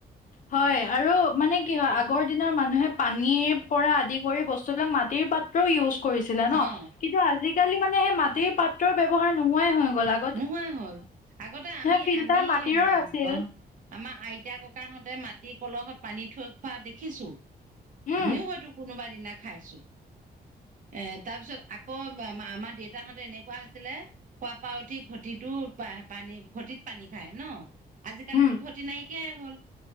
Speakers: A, on the left; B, on the right.
A: হয়, আৰু মানে কি হয় আগৰ দিনৰ মানুহে পানীৰ পৰা আদি কৰি বস্তুবিলাক মাটিৰ পাত ত্ৰ ইউজ কৰিছিলে ন।
B: অ
A: কিন্তু আজি-কালি মানে সে মাটিৰ পাত্ৰৰ ব্যৱহাৰ নোহোৱাই হৈ গ'ল। আ
B: নোহোৱাই হ'ল। আগতে আমি,
A: ফিল্টাৰ
B: আমি
A: মাটিৰৰ
B: আ <unintelligible>
A: আছিল
B: আমা আইতা, ককাহঁতে মাটি কলহত পানী থৈ খোৱা দেখিছো।
A: উম
B: আমিও হয়তো কোনোবা দিনা খাইছো। এ তাৰ পিছত আকৌ <unintelligible> আমা-আমা দেউতাহঁতে এনেকুৱা আছিলে শুৱা পা উঠি ঘটিটো পা পানী ঘটিত পানী খায় ন? আজি-কালিতো
A: উম
B: ঘটি নাইকিয়াই হ'ল।